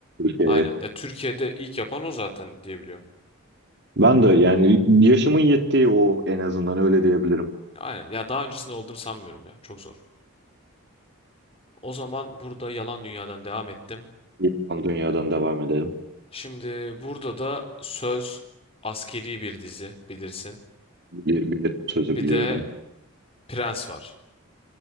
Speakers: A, on the right; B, on the left.
A: Türkiye'ye.
B: Aynen. Ya Türkiye'de ilk yapan o zaten diyebiliyorum.
A: Ben de yani yaşımın yettiği o en azından öyle diyebilirim.
B: Aynen. Ya daha öncesinde olduğunu sanmıyorum ya. Çok zor. O zaman burada Yalan Dünya'dan devam ettim.
A: Yalan Dünya'dan devam edelim.
B: Şimdi burada da Söz askeri bir dizi bilirsin.
A: Bir, bilir sözü
B: Bir
A: biliyorum.
B: de Prens var.